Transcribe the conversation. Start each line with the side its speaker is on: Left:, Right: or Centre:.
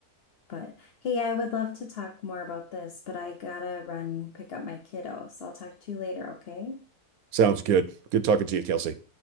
Left: But hey, I would love to talk more about this, but I gotta run pick up my kiddo. So I'll talk to you later, okay?
Right: Sounds good. Good talking to you, Kelsey.